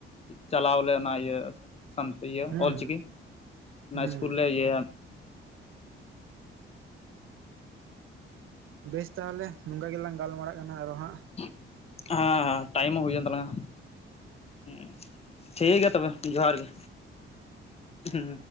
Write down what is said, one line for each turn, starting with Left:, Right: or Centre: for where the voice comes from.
Left: ᱪᱟᱞᱟᱣ ᱟᱞᱮ ᱚᱱᱟ ᱤᱭᱟᱹ ᱥᱟᱱᱛᱮ ᱤᱭᱟᱹ
Right: ᱦᱩᱸ
Left: ᱚᱞᱪᱤᱠᱤ ᱚᱱᱟ
Right: ᱦᱩᱸ
Left: ᱤᱥᱠᱩᱞ ᱨᱮ ᱤᱭᱟᱹ
Right: ᱵᱮᱥ ᱛᱟᱦᱚᱞᱮ ᱱᱚᱝᱠᱟ ᱜᱮᱞᱟᱝ ᱜᱟᱞᱢᱟᱨᱟᱜ ᱠᱟᱱᱟ ᱟᱨᱚ ᱦᱟᱸᱜ
Left: ᱦᱮᱸ ᱦᱮᱸ ᱴᱟᱭᱤᱢ ᱦᱚᱸ ᱦᱩᱭᱮᱱ ᱛᱟᱞᱟᱝᱟ ᱦᱮᱸ ᱴᱷᱤᱠ ᱜᱮᱭᱟ ᱛᱚᱵᱮ ᱡᱚᱦᱟᱨ ᱜᱮ ᱦᱮᱸ᱾